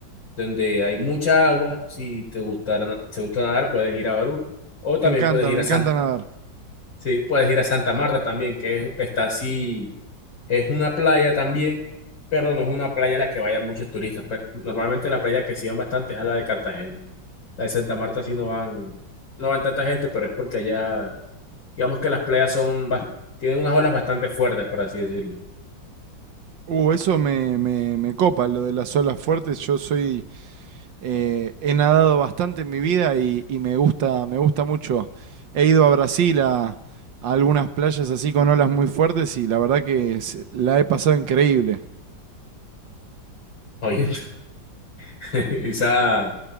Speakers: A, on the left; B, on the right.
A: donde hay mucha agua. Si te gustara, si te gusta nadar, puedes ir a Barú. O también
B: me encanta,
A: puedes ir
B: me
A: a
B: encanta
A: San,
B: nadar.
A: sí, puedes ir a Santa Marta también, que es- está así Es una playa también, pero no es una playa a la que vayan muchos turistas. Pe- Normalmente la playa que sí van bastante es a la de Cartagena. La de Santa Marta sí no van, no van tanta gente, pero es porque allá, digamos que las playas son, bas- tienen unas olas bastante fuertes, por así decirlo.
B: Uh, eso me, me, me copa, lo de las olas fuertes. Yo soy, eh, he nadado bastante en mi vida y, y me gusta, me gusta mucho. He ido a Brasil a, a algunas playas así con olas muy fuertes y la verdad que se- la he pasado increíble.
A: Oye, <laughs> quizá